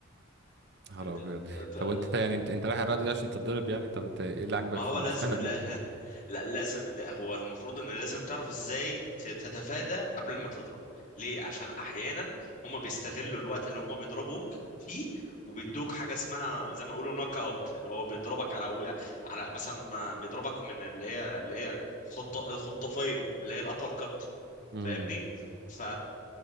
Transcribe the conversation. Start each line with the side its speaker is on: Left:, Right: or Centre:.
Right: نهار
Left: د-
Right: ابيض
Left: د-
Right: طب وانت يعني انت انت رايح الرياضه دي عشان تتضرب يعني طب انت ايه اللي عاجبك
Left: ما هو
Right: في ال-
Left: لازم
Right: اشمعنى
Left: لا,
Right: البوكسنج
Left: <laughs> لا لازم لا هو المفروض ان لازم تعرف ازاي ت- تتفادى قبل ما تضرب ليه عشان احيانا هم بيستغلوا الوقت اللي هم بيضربوك فيه وبيدوك حاجه اسمها زي ما يقولوا نوك اوت اللي هو بيضربك على و... على مثلا بيضربك من اللي هي اللي هي خط... الخطافيه اللي هي الابر كات
Right: امم
Left: فاهمني فا